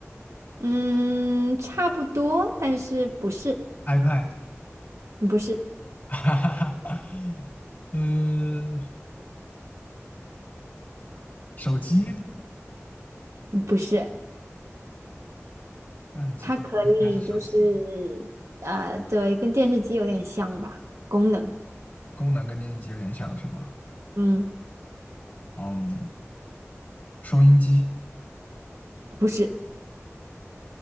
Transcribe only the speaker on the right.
嗯，差不多，但是不是，
不是，
嗯不是，
它可以就是
呃，对，跟电视机有点像吧，功能。
嗯，
不是